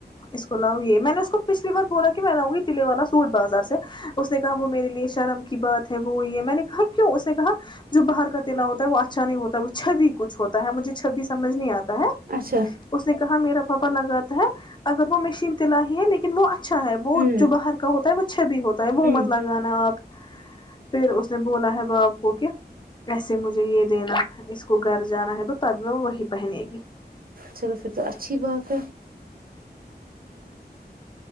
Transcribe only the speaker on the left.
اس کو لاؤ یہ میں نے اس کو پچھلی بار بولا کہ میں لاؤں گی تلعے والا سوٹ بازار سے اس نے کہا وہ میرے لیے شرم کی بات ہے وہ ہے میں نے کہا کیوں اس نے کہا جو باہر کا تع ہوتا ہے وہ اچھا نہیں ہوتا ہے وہ چھ بھی کچھ ہوتا ہے مجھے چھب بھی سمجھ نہیں آتا ہے
اس نے کہا میرا ا لگت ہے اگر وہ مشین <inaudible> نا ہی ہے لیکن وہ اچھا ہے
وہ جو باہر کا ہوتا ہے وہ <inaudible> اچھا بھی ہوتا وہ
مت لگانا آپ پھر اس نے بولا ہے باپ کو کہ ایسے مجھے یہ دینا اس کو گھر جانا ہے تو وہ وہی پہنے گی